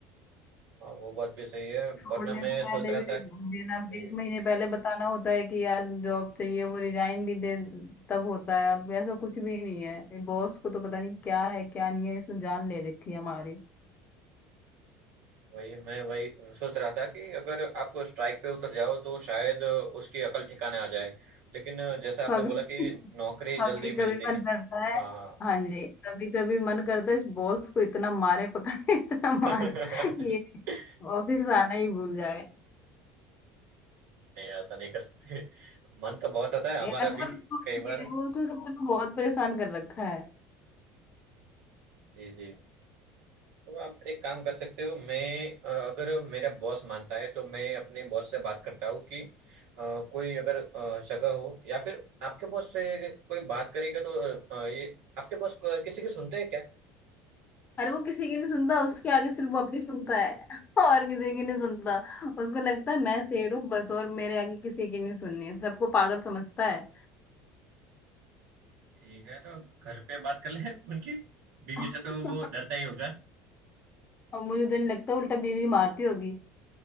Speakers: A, on the right (about 65°); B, on the left (about 35°).
A: हाँ वो बात भी सही है
B: छोड़ने
A: वरना मैं
B: से पहले
A: सोच रहा
B: भी दे-
A: था
B: देना
A: जी
B: एक महीने पहले बताना होता है कि यार जॉब चाहिए वो रिजाइन भी दे तब होता है अब ऐसा कुछ भी नहीं है बॉस को तो पता नहीं क्या है क्या नहीं है इसने जान ले रखी है हमारी
A: वही मैं वही सोच रहा था कि अगर आप स्ट्राइक पे उतर जाओ तो शायद उसकी अकल ठिकाने आ जाए लेकिन जैसा आपने
B: अभी
A: बोला कि नौकरी
B: कभी
A: जल्दी
B: कभी
A: मिलती
B: मन
A: नहीं
B: करता है
A: हाँ
B: हाँ जी कभी कभी मन करता है इस बॉस को इतना मारे पकड़े <laughs> इतना मारे
A: <laughs> नहीं
B: कि ये ऑफिस आना ही भूल जाए
A: ऐसा नहीं कर सकते मन तो बहुत होता है हमारा
B: यार पर
A: भी
B: उसको
A: कई बार
B: वो तो सच में बहुत परेशान कर रखा है
A: जी जी तो आप एक काम कर सकते हो मैं अ, अगर मेरा बॉस मानता है तो मैं अपने बॉस से बात करता हूँ कि अ, कोई अगर अ, जगह हो या फिर आपके बॉस से कोई बात करेगा तो अ, ये आपके बॉस को- किसी की सुनते हैं क्या
B: अरे वो किसी की नहीं सुनता उसके आगे सिर्फ वो अपनी सुनता है <laughs> और किसी की नहीं सुनता उसको लगता है मैं शेर हूँ बस और मेरे आगे किसी की नहीं सुननी है सबको पागल समझता है
A: ठीक है तो घर पे बात कर ले <laughs> उनकी बीवी
B: <laughs>
A: से तो वो डरता ही होगा
B: और मुझे तो नहीं लगता उल्टा बीवी मारती होगी